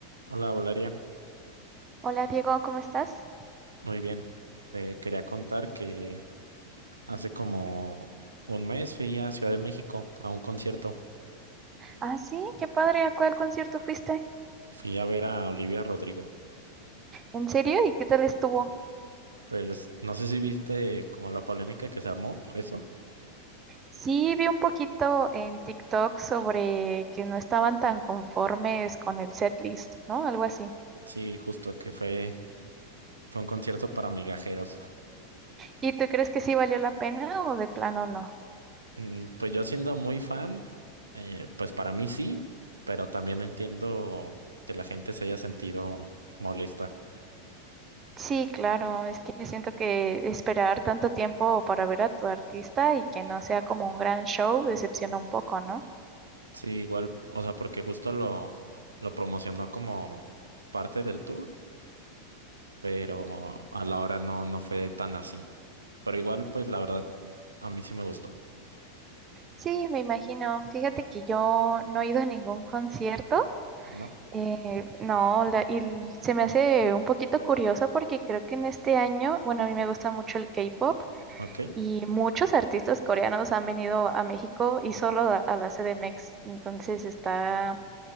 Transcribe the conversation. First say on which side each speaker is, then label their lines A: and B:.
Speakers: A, on the right; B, on the right.
A: Hola Valeria,
B: Hola Diego, ¿cómo estás?
A: muy bien. Te quería contar que hace como un mes fui a Ciudad de México a un concierto.
B: Ah, sí, qué padre, ¿a cuál concierto fuiste?
A: Fui a ver a Olivia Rodrigo.
B: ¿En serio? ¿Y qué tal estuvo?
A: Pues no sé si viste como la polémica que se armó por eso.
B: Sí, vi un poquito en TikTok sobre que no estaban tan conformes con el setlist, ¿no? Algo así.
A: Sí, justo que fue, fue un concierto para migajeros.
B: ¿Y tú crees que sí valió la pena o de plano no?
A: Mm, Pues yo siendo muy fan, eh, pues para mí sí, pero también entiendo que la gente se haya sentido molesta.
B: Sí, claro, es que siento que esperar tanto tiempo para ver a tu artista y que no sea como un gran show decepciona un poco, ¿no?
A: Sí, igual, o sea, porque justo lo, lo promocionó como parte del tour, pero a la hora no, no fue tan así. Pero igual, pues la verdad, a mí sí me gustó,
B: Sí, me imagino. Fíjate que yo no he ido a ningún concierto,
A: ¿no?
B: Eh, no, la- y l- se me hace un poquito curioso porque creo que en este año, bueno, a mí me gusta mucho el K-pop
A: Ok.
B: y muchos artistas coreanos han venido a México y solo a, a la CDMX. Entonces está,